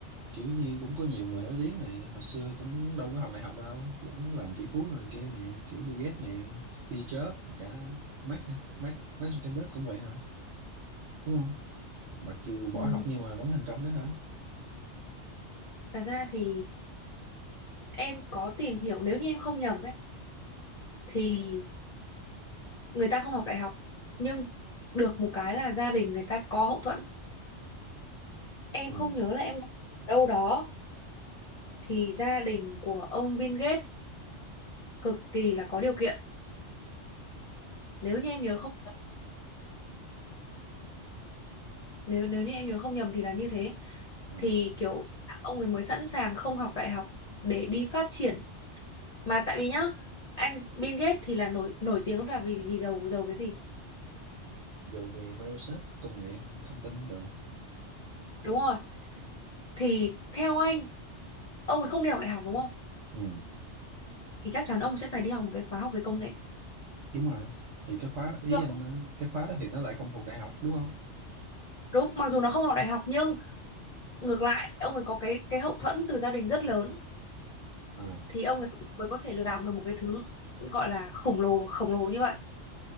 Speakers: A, on the right; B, on the left.
A: kiểu như cũng có nhiều người nổi tiếng này, hồi xưa cũng đâu có học đại học đâu, vẫn làm tỷ phú rồi kia này, kiểu Bill Gates này, Steve Jobs, rồi cả Mark hả? Mark, Mark Zuckerberg cũng vậy hả? Đúng không? Mặc dù
B: Ừ,
A: bỏ học nhưng mà vẫn thành công đó hả?
B: thật ra thì em có tìm hiểu nếu như em không nhầm ấy thì người ta không học đại học nhưng được một cái là gia đình người ta có hậu thuẫn em
A: Ừ,
B: không nhớ là em đọc ở đâu đó thì gia đình của ông Bill Gates cực kỳ là có điều kiện nếu như em nhớ không nhầm, nếu nếu như em nhớ không nhầm thì là như thế
A: ừ.
B: thì kiểu ông ấy mới sẵn sàng không học đại học để đi phát triển mà tại vì nhá anh Bill Gates thì là nổi nổi tiếng và vì vì giàu giàu cái gì
A: Dù về Microsoft công nghệ thông tin được không?
B: đúng rồi thì theo anh ông ấy không đi học đại học đúng không
A: Ừ,
B: thì chắc chắn ông sẽ phải đi học một cái khóa học về công nghệ
A: đúng rồi. Thì cái khóa ý
B: được
A: anh nói, cái khóa đó thì nó lại không thuộc đại học đúng không?
B: đúng mặc dù nó không học đại học nhưng ngược lại ông ấy có cái cái hậu thuẫn từ gia đình rất lớn
A: Ờ,
B: thì ông ấy mới có thể làm được một cái thứ gọi là khổng lồ khổng lồ như vậy